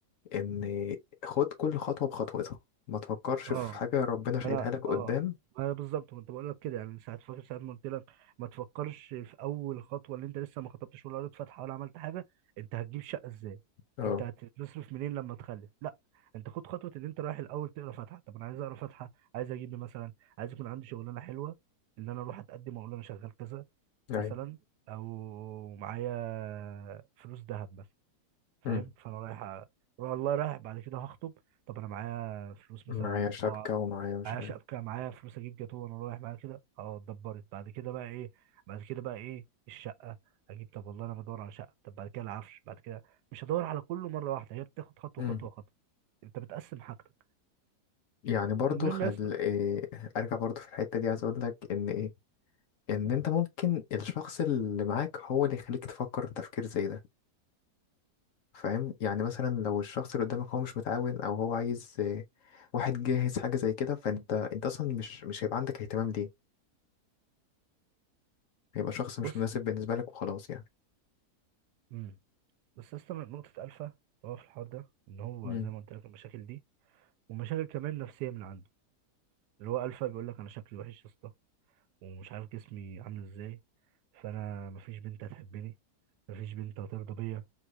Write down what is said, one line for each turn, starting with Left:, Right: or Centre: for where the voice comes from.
Left: ان خد كل خطوة بخطوتها ما تفكرش
Right: اه
Left: في حاجة ربنا
Right: ما
Left: شايلها
Right: انا
Left: لك قدام
Right: اه ما انا بالظبط كنت بقول لك كده يعني من ساعه فاكر ساعه ما قلت لك ما تفكرش في اول خطوه اللي انت لسه ما خطبتش ولا قريت فاتحه ولا عملت حاجه انت هتجيب شقه ازاي
Left: اه
Right: انت هتصرف منين لما تخلف لا انت خد خطوه ان انت رايح الاول تقرا فاتحه طب انا عايز اقرا فاتحه عايز اجيب لي مثلا عايز يكون عندي شغلانه حلوه ان انا اروح اتقدم واقول انا شغال كذا
Left: ايوه
Right: مثلا او معايا فلوس ذهب مثلا فاهم
Left: مم.
Right: فانا رايح أ- والله رايح بعد كده هخطب طب انا معايا فلوس
Left: معايا
Right: مثلا
Left: شبكة
Right: قاعه
Left: ومعايا مش
Right: معايا
Left: عارف
Right: شبكه معايا فلوس اجيب جاتوه وانا رايح معايا كده اه اتدبرت بعد كده بقى ايه بعد كده بقى ايه الشقه اجيب طب والله انا بدور على شقه طب بعد كده العفش بعد كده مش هدور على كله مره واحده هي بتاخد خطوه
Left: مم.
Right: خطوه خطوه انت بتقسم حاجتك
Left: يعني برضو
Right: المهم
Left: خل...
Right: يا اسطى
Left: إيه ارجع برضو في الحتة دي عايز اقول لك ان ايه ان انت ممكن الشخص اللي معاك هو اللي يخليك تفكر تفكير زي ده فاهم يعني مثلا لو الشخص اللي قدامك هو مش متعاون او هو عايز إيه واحد جاهز حاجة زي كده فانت انت اصلا مش مش هيبقى عندك اهتمام ليه هيبقى شخص مش
Right: بص
Left: مناسب بالنسبة لك وخلاص يعني
Right: امم بس يا اسطى من نقطه الفا اللي هو في الحوار ده ان هو
Left: امم
Right: زي ما قلت لك المشاكل دي ومشاكل كمان نفسيه من عنده اللي هو الفا بيقول لك انا شكلي وحش يا اسطى ومش عارف جسمي عامل ازاي فانا مفيش بنت هتحبني مفيش بنت هترضى بيا